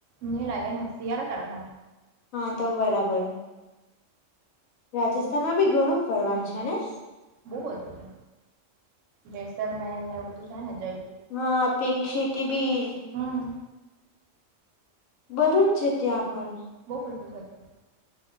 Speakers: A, on the right; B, on the left.
A: ન લાગે ને, શિયાળા ચાલે છે હ
B: હ તો બરાબર. રાજસ્થાનમાં બી ઘણું ફરવાનું છે ને?
A: બહુ બધું છે, જેસલમેર ને એવું બધું છે ને જય
B: હા પિંક સિટી બી
A: હમ
B: બધું જ છે ત્યાં પણ.
A: બઉ બધું છે તા.